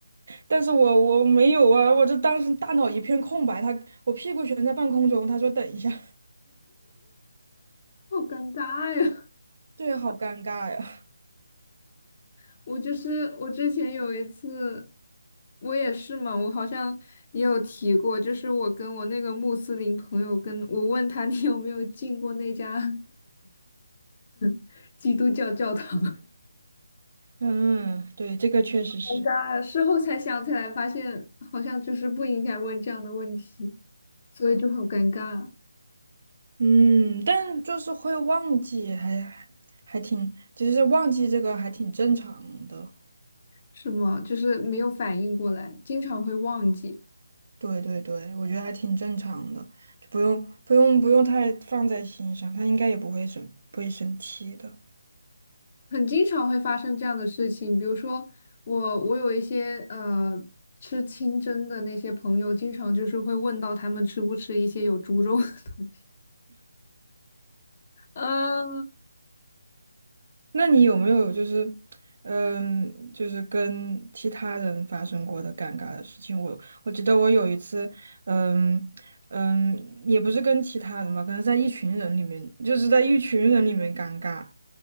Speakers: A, on the right; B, on the left.
A: 但是我我没有啊，我这当时大脑一片空白，他我屁股悬在半空中，他说等一下，
B: 好尴尬呀！
A: <laughs> 对，好尴尬呀。
B: <laughs> 我就是我之前有一次，我也是嘛，我好像也有提过，就是我跟我那个穆斯林朋友跟，我问他你有没有进过那家 <laughs> 基督教教堂，
A: 嗯，对，这个确实是，
B: <laughs> 尴尬呀！事后才想起来，发现好像就是不应该问这样的问题，所以就很尴尬，
A: 嗯，但就是会忘记，还还还挺，其实忘记这个还挺正常的。
B: 是吗？就是没有反应过来，经常会忘记。
A: 对对对，我觉得还挺正常的，就不用不用不用太放在心上，他应该也不会生不会生气的。
B: 很经常会发生这样的事情，比如说我我有一些呃吃清真的那些朋友，经常就是会问到他们吃不吃一些有猪肉的东西 <laughs>。啊，
A: 那你有没有就是，嗯，就是跟其他人发生过的尴尬的事情？我我记得我有一次，嗯嗯，也不是跟其他人吧，可能在一群人里面，就是在一群人里面尴尬。